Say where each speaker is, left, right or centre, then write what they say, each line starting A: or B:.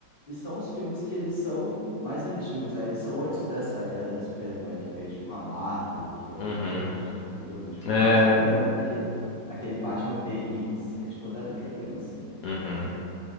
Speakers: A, on the left; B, on the left.
A: E são os filmes que eles são mais antigos, né? Eles são antes dessa era de super-herói que veio, tipo, com a Marvel, que aí
B: Uhum.
A: veio um monte de filme. Tipo,
B: É.
A: Batman, eu lembro que aquele Batman Begins é de quando eu era criança.
B: Uhum.